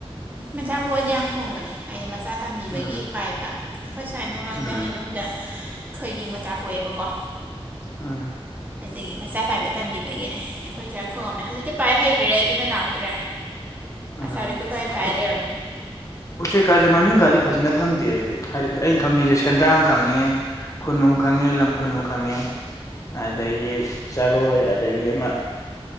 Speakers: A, on the right; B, on the left.
A: ꯃꯆꯥ ꯄꯣꯛꯑꯗꯤ ꯌꯥꯝ ꯈꯣꯡꯕꯅꯦ ꯍꯥꯏꯗꯤ ꯃꯆꯥ ꯇꯝꯕꯤꯕꯒꯤ
B: ꯎꯝ
A: ꯄꯥꯏꯕ ꯑꯩꯈꯣꯏ ꯁ꯭ꯋꯥꯏ ꯃꯃꯥꯡꯗ
B: ꯎꯝ
A: ꯍꯩꯅꯧꯗ ꯈꯣꯏꯅꯤꯡ ꯄꯆꯥ ꯄꯣꯛꯑꯦꯕꯀꯣ
B: ꯎꯝ
A: ꯑꯗꯒꯤ ꯃꯆꯥ ꯄꯥꯏꯕ ꯇꯝꯕꯤꯕꯒꯤꯅꯦ ꯑꯩꯈꯣꯏꯁ ꯌꯥꯝ ꯈꯣꯡꯉꯝꯃꯦ ꯍꯧꯖꯤꯛꯇꯤ ꯄꯥꯏ ꯍꯩꯈ꯭ꯔꯦ ꯑꯗꯨꯅ ꯂꯥꯛꯇ꯭ꯔꯦ
B: ꯎꯝ
A: ꯑꯁꯥꯗꯤ ꯀꯣꯏꯄꯥꯏ ꯄꯥꯏ
B: ꯎ
A: ꯂꯩꯔꯝꯃꯅꯤ
B: ꯎꯆꯦ ꯀꯁꯦ ꯃꯃꯤꯡꯒꯥꯗꯤ ꯐꯖꯅ ꯈꯪꯗꯦ ꯍꯥꯏꯗꯤ ꯍꯥꯏꯗꯤ ꯑꯩꯅ ꯈꯪꯉꯤꯁꯦ ꯁꯦꯟꯗ꯭ꯔꯥꯡ ꯈꯪꯉꯦ ꯈꯨꯟꯅꯨ ꯈꯪꯉꯦ ꯂꯝ ꯈꯨꯟꯅꯨ ꯈꯪꯉꯦ ꯑꯗꯒꯤ ꯆꯔꯣꯏ ꯑꯗꯒꯤ ꯑꯃ